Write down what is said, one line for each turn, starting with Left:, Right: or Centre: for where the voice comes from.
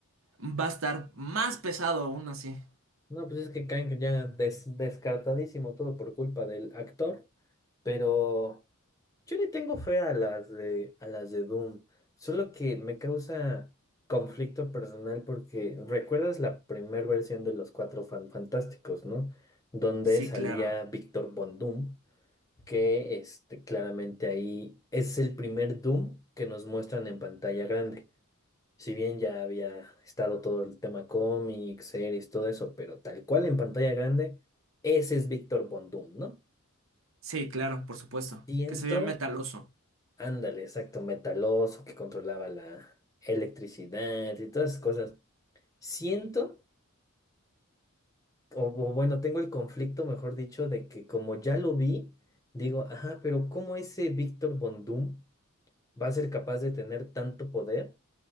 Right: va a estar más pesado aún así.
Left: No, pues es que Kang ya des- descartadísimo todo por culpa del actor, pero. Yo le tengo fe a las de, a las de Doom, solo que me causa conflicto personal porque recuerdas la primera versión de los Cuatro Fan Fantásticos, ¿no? Donde
Right: Sí,
Left: salía
Right: claro.
Left: Víctor Von Doom, que este, claramente ahí es el primer Doom que nos muestran en pantalla grande. Si bien ya había estado todo el tema cómics, series, todo eso, pero tal cual en pantalla grande, ese es Víctor Von Doom, ¿no?
Right: Sí, claro, por supuesto.
Left: Siento
Right: Que se vea metaloso.
Left: Ándale, exacto, metaloso que controlaba la electricidad y todas esas cosas. Siento, o, o bueno, tengo el conflicto, mejor dicho, de que como ya lo vi, digo, ajá, pero ¿cómo ese Víctor Von Doom va a ser capaz de tener tanto poder?